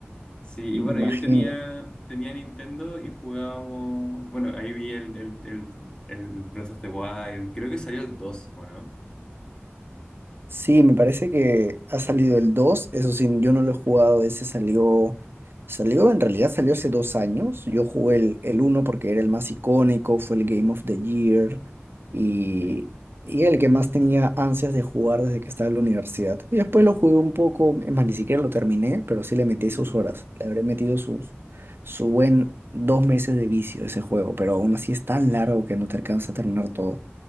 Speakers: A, on the left; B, on the right.
A: Sí,
B: Me
A: y bueno,
B: imagino.
A: yo tenía, tenía Nintendo y jugábamos, bueno, ahí vi el, el, el, el Breath of the Wild, creo que salió el dos ¿o no?
B: Sí, me parece que ha salido el 2. eso sí, yo no lo he jugado, ese salió, salió, en realidad salió hace dos años, yo jugué el, el uno porque era el más icónico, fue el Game of the Year y,
A: Sí.
B: y el que más tenía ansias de jugar desde que estaba en la universidad. Y después lo jugué un poco, es más, ni siquiera lo terminé, pero sí le metí
A: Ujú.
B: sus horas, le habré metido sus, su buen dos meses de vicio a ese juego, pero aún así es tan largo que no te alcanza a terminar todo.